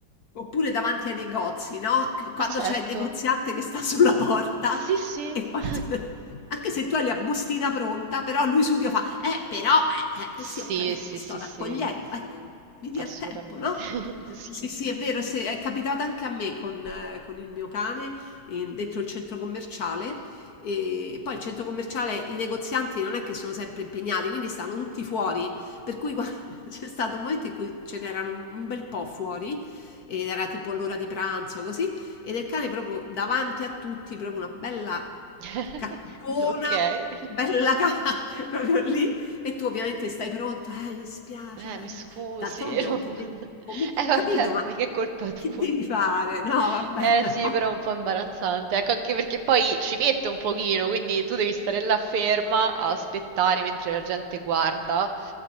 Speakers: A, on the left; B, on the right.
A: Oppure davanti ai negozi, no, c quando
B: Ma certo,
A: c'è il negoziante che sta sulla porta
B: sì sì.
A: e poi
B: <laughs>
A: tu <laughs> anche se tu hai la bustina pronta, però lui subito fa: "Eh, però, eh,
B: Sì,
A: eh". Sì, ho capito,
B: sì,
A: la sto
B: sì,
A: raccogliendo,
B: sì.
A: ecco, Sì. mi dia
B: Assolutamente,
A: il tempo, no? Assolutamente.
B: <laughs>
A: Sì,
B: sì.
A: sì, è vero, se è capitato anche a me con eh, con il mio cane, in dentro il centro commerciale, e poi il centro commerciale i negozianti non è che sono sempre impegnati, quindi stanno tutti fuori, per cui qua <laughs> c'è stato un momento in cui ce n'erano un bel po' fuori ed era tipo l'ora di pranzo così ed il cane proprio davanti a tutti proprio una bella
B: <laughs>
A: caccona
B: Okay.
A: bella ca- <laughs> proprio lì e tu ovviamente stai pronta "Eh, mi spiace
B: Eh,
A: eh."
B: mi scusi.
A: d'altronde
B: <laughs>
A: oh,
B: non-
A: che devi comunque
B: Eh, vabbè,
A: ho capito ma
B: mica è colpa tua.
A: che devi
B: <laughs>
A: fare no vabbè
B: Eh,
A: <laughs>
B: sì,
A: no.
B: però è un po' imbarazzante. Ecco, anche perché poi ci mette un pochino, quindi tu devi stare là ferma a aspettare mentre la gente guarda.